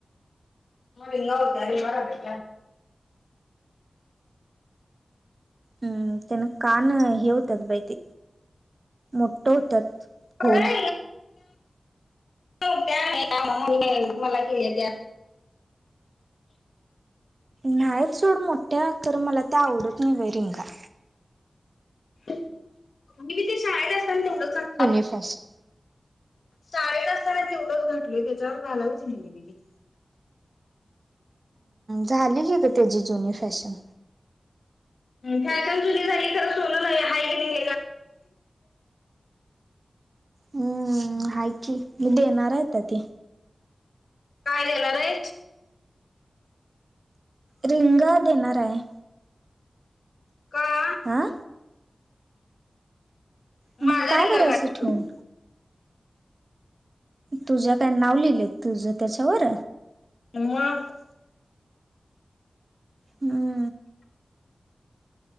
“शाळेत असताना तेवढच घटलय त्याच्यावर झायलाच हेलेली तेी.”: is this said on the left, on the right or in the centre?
Left